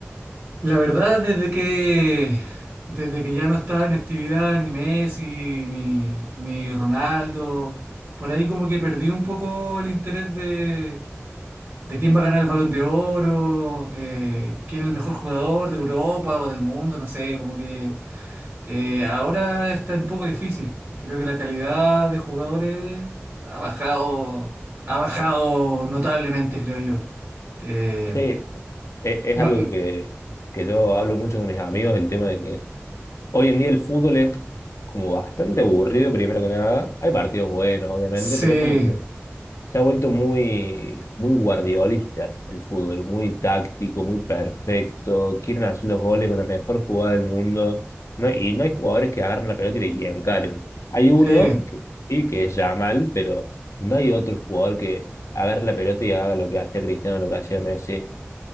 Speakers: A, on the right (about 35°); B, on the left (about 85°).
A: la verdad desde que desde que ya no estaba en actividad ni Messi ni, ni Ronaldo, por ahí como que perdí un poco el interés de, de quién va a ganar el Balón de Oro, eh, quién es el mejor jugador de Europa o del mundo, no sé, como que Eh, ahora está un poco difícil. Creo que la calidad de jugadores ha bajado, ha bajado notablemente, creo yo. Eh,
B: Sí, sí. E- Es,
A: no-
B: algo que, que yo hablo mucho con mis amigos, el tema de que hoy en día el fútbol es como bastante aburrido, primero que nada. Hay partidos buenos, obviamente,
A: sí,
B: pero es como que Se ha vuelto muy, muy guardiolista el fútbol, muy táctico, muy perfecto. Quieren hacer los goles con la mejor jugada del mundo. No, y no hay jugadores que agarren la pelota y, le- y encaren. Hay uno
A: sí,
B: que, sí, que es Yamal, pero no hay otro jugador que agarre la pelota y haga lo que hacía Cristiano, lo que hacía Messi.